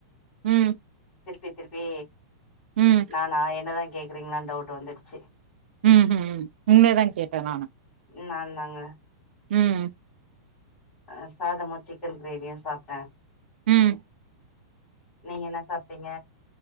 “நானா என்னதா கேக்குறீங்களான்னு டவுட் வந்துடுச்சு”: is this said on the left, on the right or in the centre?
Left